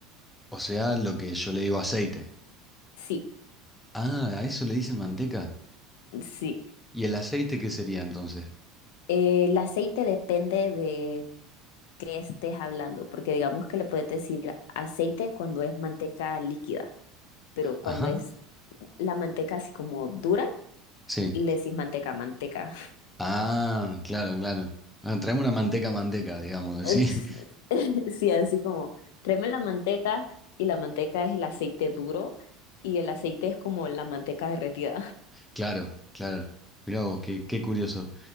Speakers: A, in the centre; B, on the left.
A: O sea, lo que yo le digo aceite.
B: Sí,
A: Ah, a eso le dicen manteca.
B: sí.
A: ¿Y el aceite qué sería entonces?
B: Eh, el aceite depende de qué estés hablando, porque digamos que le puedes decir aceite cuando es manteca líquida, pero cuando
A: Ajá,
B: es la manteca así como dura,
A: sí.
B: le decís manteca, manteca.
A: Ah, claro, claro. Ah, traeme una manteca manteca, digamos,
B: <laughs>
A: sí. <laughs>
B: Sí, así como, tráeme la manteca y la manteca es el aceite duro y el aceite es como la manteca derretida.
A: Claro, claro. Mirá vos, qué, qué curioso.